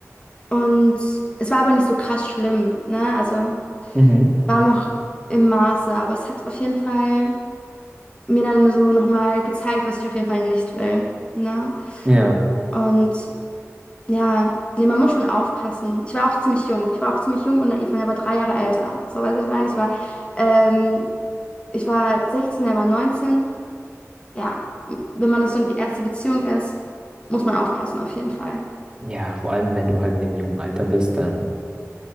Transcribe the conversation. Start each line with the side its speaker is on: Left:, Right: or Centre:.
Left: und es war aber nicht so krass schlimm, ne? Also
Right: Mhm.
Left: war noch im Maße, aber es hat auf jeden Fall mir dann so nochmal gezeigt, was ich auf jeden Fall nicht will, ne?
Right: Ja.
Left: Und Ja, nee, man muss schon aufpassen. Ich war auch ziemlich jung. Ich war auch ziemlich jung und naiv und er war drei Jahre älter. So, weißt du, was ich meine? Ich war, ähm, ich war 16, er war 19. Ja, wenn man das so die erste Beziehung ist, muss man aufpassen, auf jeden Fall.
Right: Ja, vor allem, wenn du halt in dem jungen Alter bist, dann,